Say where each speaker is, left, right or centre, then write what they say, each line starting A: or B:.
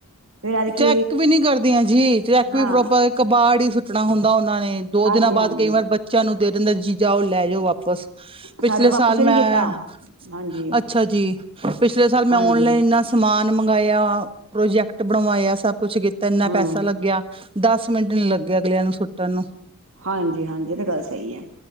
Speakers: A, on the right (about 60°); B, on the right (about 25°).
A: ਫੇਰ ਐਤਕੀ
B: ਚੈੱਕ ਵੀ ਨੀ ਕਰਦੀਆਂ ਜੀ ਚੈੱਕ
A: ਹਾਂ
B: ਵੀ ਪ੍ਰੋਪਰ ਕਬਾੜ ਹੀ ਸਟਣਾ ਹੁੰਦਾ ਉਹਨਾਂ ਨੇ ਦੋ
A: ਹਾਂਜੀ
B: ਦਿਨਾਂ ਬਾਅਦ
A: ਹਾਂਜੀ
B: ਕਈ ਵਾਰ ਬੱਚਿਆਂ ਨੂੰ ਦੇ ਦਿੰਦੇ ਨੇ ਜੀ ਜਾਓ ਲੈ ਜਾਓ ਵਾਪਸ ਪਿਛਲੇ
A: ਸਾਡੇ ਤਾਂ ਵਾਪਸ
B: ਸਾਲ
A: ਵੀ ਨੀ
B: ਮੈਂ
A: ਕੀਤਾ ਹਾਂਜੀ
B: ਅੱਛਾ ਜੀ ਪਿਛਲੇ ਸਾਲ ਮੈਂ
A: ਹਾਂਜੀ
B: ਓਨਲਾਈਨ ਸਮਾਨ ਮੰਗਵਾਇਆ ਪ੍ਰੋਜੈਕਟ ਬਣਵਾਇਆ ਸਭ ਕੁਛ ਕੀਤਾ ਇੰਨਾ
A: ਹੂੰ
B: ਪੈਸਾ ਲੱਗਿਆ ਦਸ ਮਿੰਟ ਨੀ ਲੱਗੇ ਅਗਲਿਆਂ ਨੂੰ ਸੁੱਟਣ ਨੂੰ
A: ਹਾਂਜੀ ਹਾਂਜੀ ਇਹ ਤੇ ਗੱਲ ਸਹੀ ਹੈ